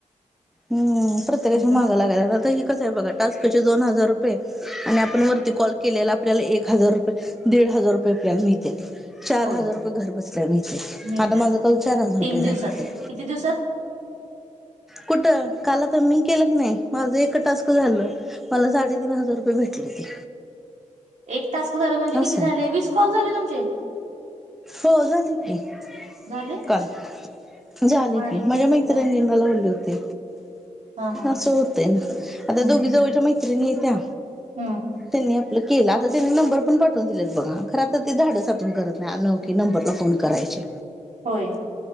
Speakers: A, in the centre; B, on the right (about 70°).
A: हम,
B: तेच
A: प्रत्येकाच्या
B: म्हटलं
A: माग लागायला राहतं आता ही कसं आहे बघा टाक्सचे दोन हजार रुपये. आणि आपण वरती कॉल केलेला आपल्याला एक हजार रुपये दीड हजार रुपये आपल्याला मिळत्याती. चार
B: होय
A: हजार रुपये घर बसल्या मिळत्याती.
B: मिळत्यात
A: आता माझं काल चार हजार रुपये
B: तीन दिवसात
A: झाले होते.
B: किती दिवसात?
A: कुठं? काल आता मी केलं क नाही. माझं एक टास्क झालं. मला साडेतीन हजार रुपये भेटली ती.
B: एक टास्क झाला म्हणजे किती
A: असं
B: झाले
A: आहे
B: वीस कॉल झाले तुमचे.
A: हो झालेत की.
B: झाले.
A: काल झाले
B: भारी
A: की, माझ्या मैत्रिणींनीना
B: बर
A: लावले होते.
B: हा हा
A: असं होतंय ना, आता
B: हम्म
A: दोघी जवळच्या मैत्रिणीे आहे त्या
B: हम्म,
A: त्यांनी आपलं केलं. आता त्यांनी नंबर आपण पाठवून दिलेत बघा. खरं तर ते धाडस आपण करत नाही अनोळखी नंबरला फोन करायचे.
B: होय.